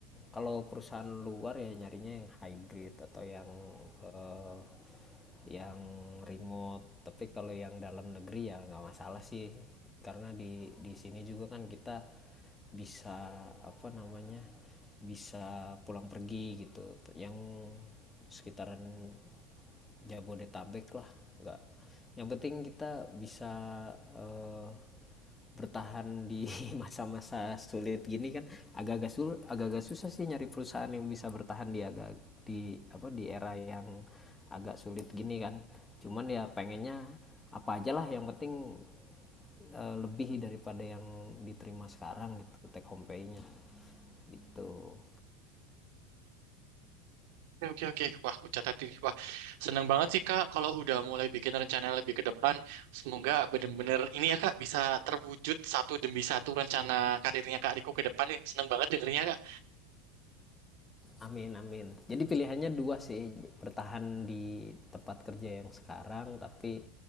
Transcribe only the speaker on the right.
Oke, oke. oke. Wah, aku catat ini. Wah, seneng banget sih, Kak. Kalau udah mulai bikin rencana lebih ke depan, semoga bener-bener ini ya, Kak, bisa terwujud satu demi satu rencana karirnya Kak Riko ke depan ya. Seneng banget dengernya, Kak.